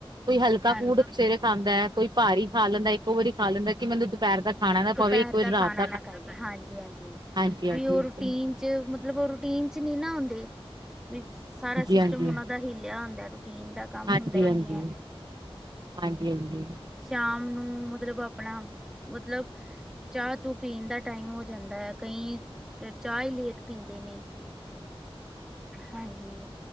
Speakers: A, on the right; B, in the centre.
A: ਕੋਈ ਹਲਕਾ
B: ਹਾਂਜੀ
A: ਫੂਡ ਸਵੇਰੇ ਖਾਂਦਾ ਐ, ਕੋਈ ਭਾਰੀ ਖਾ ਲੈਂਦਾ, ਇੱਕੋ ਵਾਰੀ ਖਾ ਲੈਂਦਾ ਕਿ ਮੈਨੂੰ ਦੁਪਹਿਰ ਦਾ ਖਾਣਾ ਨਾ
B: ਦੁਪਹਿਰ
A: ਪਵੇ ਇੱਕ ਵਾਰੀ
B: ਦਾ
A: ਰਾਤ
B: ਖਾਣਾ ਨਾ ਖਾਈਏ ਹਾਂਜੀ ਹਾਂਜੀ
A: ਹਾਂਜੀ ਹਾਂਜੀ
B: ਵੀ ਉਹ
A: ਹਾਂਜੀ
B: ਰੂਟੀਨ ਚ ਮਤਲਬ ੳ ਰੂਟੀਨ ਚ ਨੀ ਨਾ ਹੂੰਦੇ ਵੀ ਸਾਰਾ ਸਿਸਟਮ
A: ਹਾਂਜੀ ਹਾਂਜੀ
B: ਉਨਾਂ ਦਾ ਹੀਲਿਆ ਹੁੰਦੈ, ਰੂਟੀਨ ਦਾ ਕੰਮ
A: ਹਾਂਜੀ
B: ਹੁੰਦਾ ਈ
A: ਹਾਂਜੀ
B: ਨੀ ਏ
A: ਹਾਂਜੀ, ਹਾਂਜੀ।
B: ਸ਼ਾਮ ਨੂੰ ਮਤਲਬ ਆਪਣਾ ਮਤਲਬ ਚਾਹ ਚੂ ਪੀਣ ਦਾ ਟਾਈਮ ਹੋ ਜਾਂਦਾ ੲੈ, ਚਾਹ ਈ ਲੇਟ ਪੀਂਦੇ ਨੇ ਹਾਂਜੀ